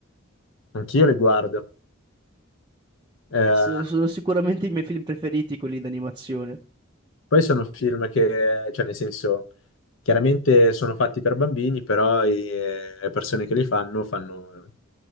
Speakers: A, on the left; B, on the right.
A: Anch'io li guardo. Eh,
B: S- Sono sicuramente i miei film preferiti, quelli d'animazione.
A: Poi sono film che, cioè nel senso, chiaramente sono fatti per bambini, però eh, le persone che li fanno fanno,